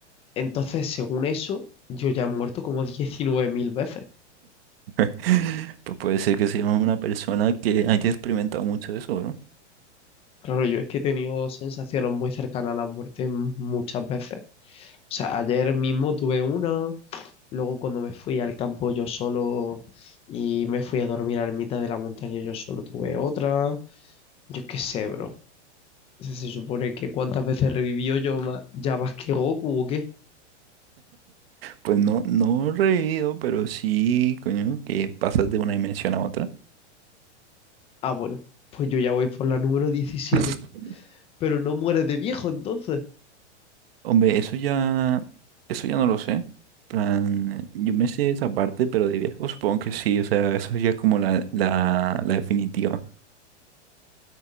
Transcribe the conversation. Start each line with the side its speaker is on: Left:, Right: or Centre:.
Left: Entonces, según eso, yo ya he muerto como 19.000 veces.
Right: <laughs> Pues puede ser que sea una persona que haya experimentado mucho eso,
Left: Claro, yo es que he tenido sensaciones muy cercanas a la muerte m- muchas veces. O sea, ayer mismo tuve una, luego cuando me fui al campo yo solo y me fui a dormir a la mitad de la montaña yo solo tuve otra. Yo qué sé, bro. O sea, se supone que cuántas veces revivió yo ma- ya más que Goku o qué.
Right: Pues no, no revivido, pero sí, coño, que pasas de una dimensión a otra.
Left: Ah, bueno, pues yo ya voy por la número 17.
Right: <laughs>
Left: pero no mueres de viejo entonces.
Right: Hombre, eso ya, eso ya no lo sé. Plan, yo me sé esa parte, pero de viejo supongo que sí, o sea, eso ya es como la, la, la definitiva.